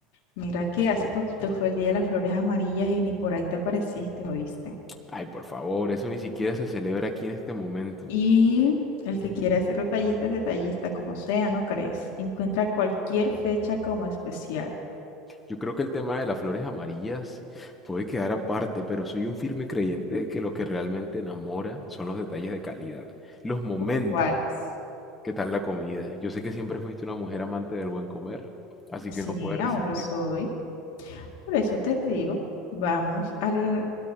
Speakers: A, on the left; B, on the left.
A: Mira que hace poquito fue el Día de las Flores Amarillas y ni por ahí te apareciste, ¿oíste?
B: Ay, por favor, eso ni siquiera se celebra aquí en este momento.
A: Y el que quiera ser detallista es detallista, como sea, ¿no crees? Encuentra cualquier fecha como especial,
B: Yo creo que el tema de las flores amarillas puede quedar aparte, pero soy un firme creyente de que lo que realmente enamora son los detalles de calidad, los momentos.
A: como cuáles.
B: ¿Qué tal la comida? Yo sé que siempre fuiste una mujer amante del buen comer, así
A: Sí,
B: que no puedes
A: aún
B: resistirte.
A: lo soy. Por eso te digo, vamos al,